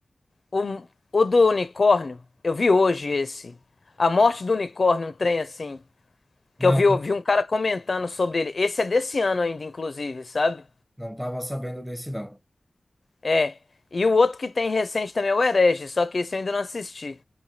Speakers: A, on the left; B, on the right.
A: o, o do unicórnio. Eu vi hoje esse. A Morte do Unicórnio, um trem assim. Que
B: Não,
A: eu vi, eu vi um cara comentando sobre ele. Esse é desse ano ainda, inclusive, sabe?
B: não tava sabendo desse não.
A: É. E o outro que tem recente também é o Herege, só que esse eu ainda não assisti.